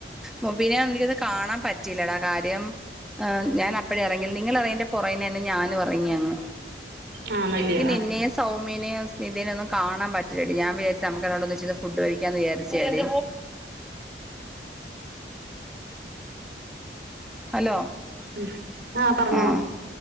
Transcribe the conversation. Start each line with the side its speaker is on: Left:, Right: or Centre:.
Centre: മുബീന നെ എനിക്കൊന്നു കാണാൻ പറ്റീല്ലടാ കാര്യം ഞാൻപ്പഴടെ ഇറങ്ങി നിങ്ങളിറിങ്ങിയേന്റെ പുറേന തന്നെ ഞാനും ഇറങ്ങിയങ്
Right: ആഹ് അന്നല്ലേ
Centre: നിന്ന്യൊ സൗമ്യേനെ സ്‌മിതേനൊന്നും കാണാൻ പറ്റില്ലടി ഞാൻ വിചാരിച് നമുക്ക് എല്ലാടൊന്ന് ഒന്നിച്ച് ഇത് ഫുഡ് കഴിക്കാന്ന് വിചാരിച്ചേടി ഹലോ
Right: ഉം ആ പറഞ്ഞോളാം
Centre: ആഹ്